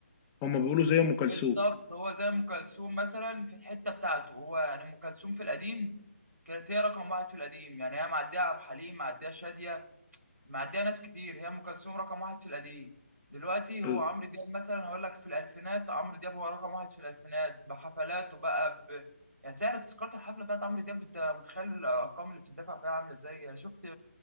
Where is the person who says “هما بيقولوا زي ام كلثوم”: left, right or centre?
Left